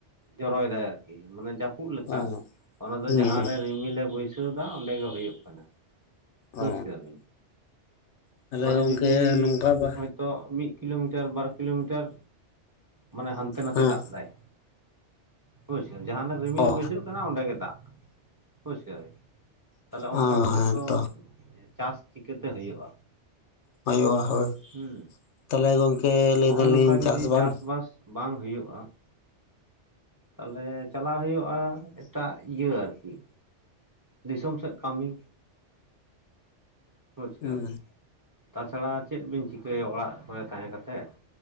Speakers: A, on the right; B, on the left.
A: ᱡᱚᱨᱚᱭᱮᱫᱟᱭ ᱟᱨᱠᱤ ᱢᱟᱱᱮ ᱡᱟᱹᱯᱩᱫ ᱞᱮᱠᱟ,
B: ᱚ
A: ᱚᱱᱟ ᱫᱚ
B: ᱦᱩᱸ
A: ᱡᱟᱦᱟᱸ
B: ᱦᱩᱸ
A: ᱨᱮ ᱨᱤᱢᱤᱞ ᱮ ᱵᱟᱹᱭ ᱪᱷᱟᱹᱣ ᱮᱫᱟ ᱚᱸᱰᱮ ᱜᱮ ᱦᱩᱭᱩᱜ ᱠᱟᱱᱟ᱾ ᱵᱟᱹᱡᱽ
B: ᱚ
A: ᱠᱮᱫᱟ ᱵᱤᱱ,
B: ᱛᱟᱦᱚᱞᱮ
A: ᱢᱟᱱᱮ
B: ᱜᱚᱢᱠᱮ
A: ᱡᱩᱫᱤ
B: ᱱᱚᱝᱠᱟ ᱵᱟ
A: ᱚᱸᱡᱽ- ᱛᱚᱜ ᱢᱤᱫ ᱠᱤᱞᱳᱢᱤᱴᱟᱨ, ᱵᱟᱨ ᱠᱤᱞᱳᱢᱤᱴᱟᱨ ᱢᱟᱱᱮ ᱦᱟᱱᱛᱮ ᱱᱟᱛᱮ
B: ᱦᱮᱸ
A: ᱫᱟᱜ ᱮᱫᱟᱭ᱾ ᱦᱳᱭ ᱥᱮᱢ, ᱡᱟᱦᱟᱸᱱᱟ ᱨᱮ ᱨᱤᱢᱤᱞ
B: ᱚ
A: ᱵᱟᱹᱭᱥᱟᱹᱜ ᱠᱟᱱᱟ ᱚᱸᱰᱮ ᱜᱮ ᱫᱟᱜ, ᱵᱩᱡᱽ ᱠᱮᱫᱟ ᱵᱤᱱ? ᱛᱟᱞᱮ
B: ᱦᱮᱸ
A: ᱚᱱᱠᱟ ᱠᱟᱛᱮᱜ
B: ᱦᱮᱸ
A: ᱫᱚ
B: ᱛᱚ
A: ᱮᱸ ᱪᱟᱥ ᱪᱤᱠᱟᱹᱛᱮ ᱦᱩᱭᱩᱜᱼᱟ?
B: ᱦᱩᱭᱩᱜᱼᱟ ᱦᱳᱭ
A: ᱦᱩᱸ
B: ᱛᱟᱦᱮᱞᱮ ᱜᱚᱝᱠᱮ ᱞᱟᱹᱭ
A: ᱦᱚᱜᱼᱚᱭ
B: ᱮᱫᱟ ᱞᱤᱧ
A: ᱱᱚᱝᱠᱟ ᱡᱩᱫᱤ
B: ᱪᱟᱥ ᱵᱟᱝ?
A: ᱪᱟᱥᱵᱟᱥ ᱵᱟᱝ ᱦᱩᱭᱩᱜᱼᱟ᱾ ᱛᱟᱦᱮᱞᱮ ᱪᱟᱞᱟᱜ ᱦᱩᱭᱩᱜᱼᱟ ᱮᱴᱟᱜ ᱤᱭᱟᱹ ᱟᱨ ᱠᱤ, ᱫᱤᱥᱚᱢ ᱥᱮᱫ ᱠᱟᱢᱤ, ᱵᱩᱡᱽ
B: ᱦᱩᱸ
A: ᱠᱮᱫᱟ ᱵᱤᱱ᱾ ᱛᱟᱪᱷᱟᱲᱟ ᱪᱮᱫ ᱵᱤᱱ ᱪᱤᱠᱟᱹᱭᱟ ᱚᱲᱟᱜ ᱠᱚᱨᱮ ᱛᱟᱦᱮᱸ ᱠᱟᱛᱮᱫ,